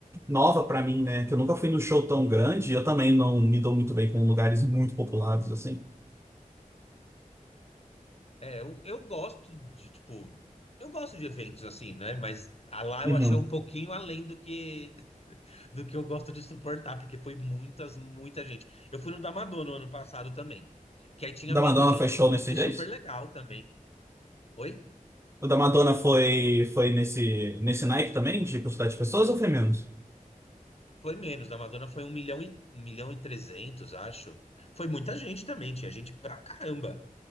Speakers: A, on the right; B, on the left.
A: nova pra mim, né? Que eu nunca fui num show tão grande, e eu também não me dou muito bem com lugares muito populados assim.
B: É, eu, eu gosto de, tipo, eu gosto de eventos assim, né? Mas a lá
A: Uhum.
B: eu achei um pouquinho além do que <laughs> do que eu gosto de suportar, porque foi muitas, muita gente. Eu fui no da Madonna no ano passado também, que aí tinha
A: O da
B: menos
A: Madonna
B: gente.
A: foi show
B: Foi
A: nesses dias?
B: super legal também. Oi?
A: O da Madonna foi foi nesse nesse naipe também de quantidade de pessoas ou foi menos?
B: Foi menos. Da Madonna foi um milhão e, um milhão e trezentos, acho. Foi muita gente também, tinha gente pra caramba.